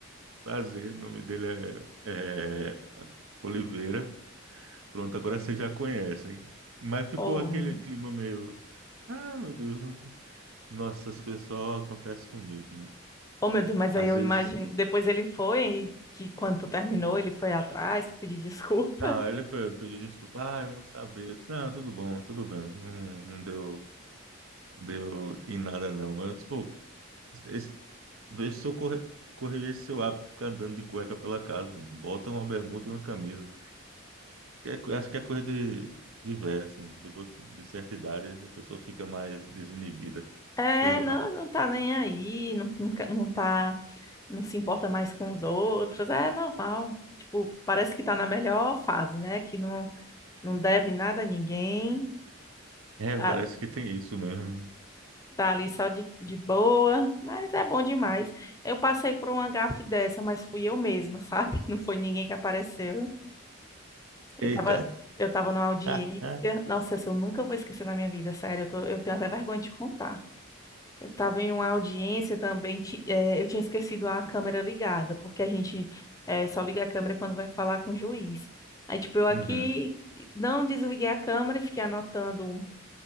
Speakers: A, on the right; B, on the left.
A: prazer, o nome dele é, é Oliveira. Pronto, agora vocês já conhecem. Mas ficou
B: Oh,
A: aquele
B: meu Deus,
A: clima meio, ah, meu Deus, nossa, essas coisas só acontecem comigo. né?
B: oh, meu Deus, mas
A: Às
B: aí eu
A: vezes,
B: imagino. Depois ele foi, que quando tu terminou, ele foi atrás pedir desculpa.
A: não, ele foi pedir desculpa, ah, eu não sabia. Eu disse, não, tudo bom, tudo bem, não, não deu, deu em nada não. Mas, pô, Esse- Vê se eu corre- corrigir esse seu hábito de ficar andando de cueca pela casa. mano. Bota uma bermuda e uma camisa. Que é co- acho que é coisa de, de velho, assim. Depois que- de certa idade, a pessoa fica mais desinibida.
B: É,
A: Sei lá.
B: não, não tá nem aí, não, nunca- não, tá, não se importa mais com os outros, é normal. Tipo, parece que tá na melhor fase, né? Que não, não deve nada a ninguém,
A: É,
B: tá,
A: parece que tem isso mesmo.
B: tá ali só de, de boa, mas é bom demais. Eu passei por uma gafe dessa, mas fui eu mesma, sabe? <laughs> Não foi ninguém que apareceu.
A: Eita.
B: Eu tava, eu tava numa audiência,
A: <laughs>
B: nossa, essa eu nunca vou esquecer na minha vida, sério, eu tô- eu tenho até vergonha de contar. Eu estava em uma audiência também, ti- eh, eu tinha esquecido a câmera ligada, porque a gente eh, só liga a câmera quando vai falar com o juiz. Aí, tipo, eu aqui
A: Uhum.
B: não desliguei a câmera e fiquei anotando